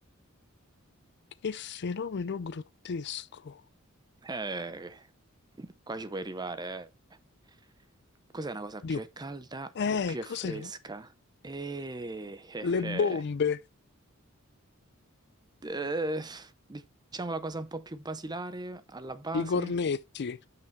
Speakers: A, on the left; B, on the right.
A: Che fenomeno grottesco.
B: Eh, qua ci puoi arrivare, eh. Cos'è una cosa
A: Dio.
B: più è calda
A: Eh,
B: e più
A: cos'erano?
B: è fresca? Eh, eh,
A: Le bombe,
B: eh. Eh, diciamo la cosa un po' più basilare alla base.
A: i cornetti.